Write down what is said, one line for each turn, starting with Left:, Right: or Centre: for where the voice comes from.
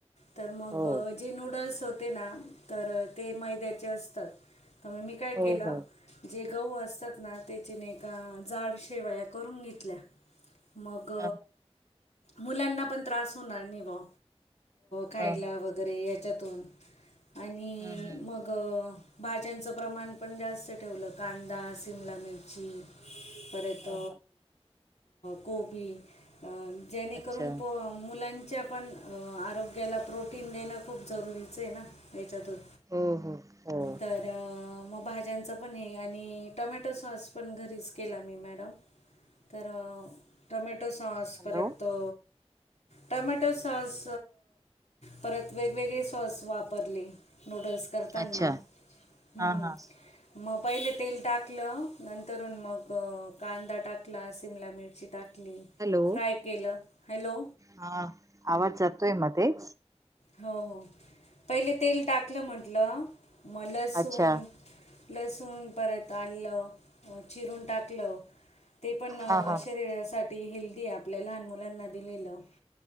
Left: तर मग
Right: हो
Left: जे नूडल्स होते ना तर ते मैद्याचे असतात. तर म मी काय
Right: हो
Left: केलं
Right: हो
Left: जे गहू अस. जतना त्याच्याने एकका जाड शेवाया करून घेतल्या? मग
Right: ह ह
Left: मुलांना पण त्रास होणार नाही बा. खायला
Right: ह
Left: वगैरे याच्यातून आणि
Right: हम्म हम्म
Left: मग भाज्यांचं प्रमाण पण जास्त ठेवलं कांदा सिमला मिरची... पर
Right: ह
Left: त
Right: ह
Left: कोबी.... जेणेकरून
Right: अच्छा
Left: प मुलांच्या पण आरोग्याला प्रोटीन देणं खूप जरुरीच आहे ना? याच्यात होत
Right: हो हो हो
Left: तर मग भाज्यांचं पण हे आणि.. टोमॅटो सॉस पण घरीच केला मी मॅडम तर टोमॅटो सॉस
Right: हॅलो
Left: परत तो टॉमॅटो सॉस परत वेगवेगळी सॉस वापरली नूडल्स करताना
Right: अच्छा
Left: ह
Right: हा हा
Left: मग, पहिले तेल टाक टाकलं नंतरून मग कांदा टाकला शिमला मिरची टाकली
Right: हॅलो
Left: फ्राय केलं हॅलो
Right: हा आवाज जातोय मध्ये च
Left: हो हो पहिले तेल टाकलं म्हटलं मग लसूण
Right: अच्छा
Left: लसूण परत आलं, चिरून टाकलं ते पण
Right: हा हा
Left: शरीरासाठी हेल्दी आपल्याला लहान मुलांना दिलेलं